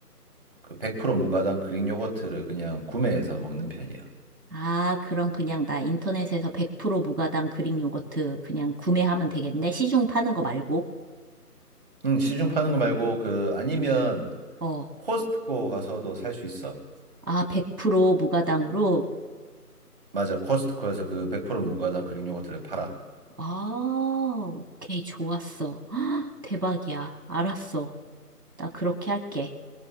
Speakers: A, on the right; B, on the right.
A: 그 100% 무가당 그릭 요거트를 그냥 구매해서 먹는 편이야.
B: 아, 그럼 그냥 나 인터넷에서 100% 무가당 그릭 요거트 그냥 구매하면 되겠네. 시중 파는 거 말고.
A: 응, 시중 파는 거 말고 그 아니면
B: 어.
A: 코스트코 가서도 살 수 있어.
B: 아, 100% 무가당으로.
A: 맞아, 코스트코에서 그 100% 무가당 그릭 요거트를 팔아.
B: 아, 오케이. 좋았어. <gasps> 헉, 대박이야. 알았어. 나 그렇게 할게.